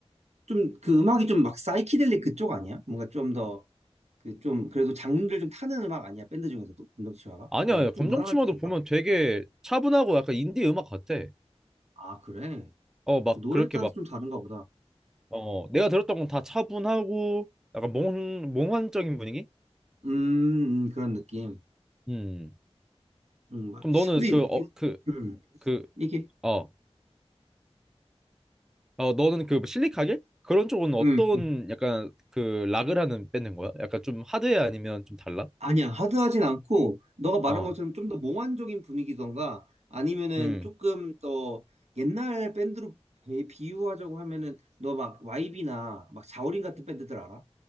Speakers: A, on the right (about 85°); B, in the centre.
A: 좀, 그 음악이 좀 막 사이키델릭 그쪽 아니야? 뭔가 좀 더, 그 좀, 그래도 장르를 좀 타는 음악 아니야? 밴드 중에서도? 검정 치마가?
B: 아니야.
A: 아닌가?
B: 아니야.
A: 좀
B: 검정치마도
A: 무난한 쪽인가?
B: 보면 되게 차분하고 약간 인디 음악 같아.
A: 아, 그래?
B: 어, 막
A: 노래에
B: 그렇게
A: 따라서
B: 막
A: 좀 다른가 보다.
B: 어, 내가 들었던 건 다 차분하고 약간 몽 몽환적인 분위기?
A: 음, 음, 그런 느낌.
B: 음.
A: 음, 막-
B: 그럼 너는
A: 근데, 이-
B: 그 어 그
A: 음,
B: 그
A: 이게,
B: 어. 어, 너는 그 실리카겔? 그런 쪽은 어떤
A: 음,
B: 약간 그 락을 하는 밴드인 거야? 약간 좀 하드해 아니면 좀 달라?
A: 아니야, 하드하진 않고, 너가 말한
B: 어.
A: 것처럼 좀 더 몽환적인 분위기던가, 아니면은
B: 음.
A: 조금 더 옛날 밴드로 비- 비유하자고 하면은, 너 막 YB나 막 자우림 같은 밴드들 알아?